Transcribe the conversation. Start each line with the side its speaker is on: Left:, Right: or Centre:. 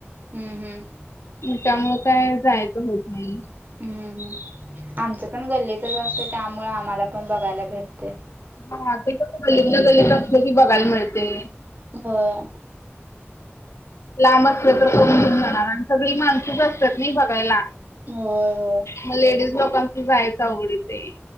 Right: हम्म हम्.
Left: त्यामुळ काय जायचं होत नाही.
Right: हम्म हम्. आमचं पण गल्लीतच असते त्यामुंळ आम्हाला पण बघायला भेटते.
Left: हा ते कसं गल्लीतल्या गल्लीत असले की बघायला मिळते.
Right: होय.
Left: लांब असलं तर कोण घेऊन जाणार आणि सगळी माणसूच असतात नाही बघायला
Right: होय होय.
Left: मग लेडीज लोकांच जायचं आवड ते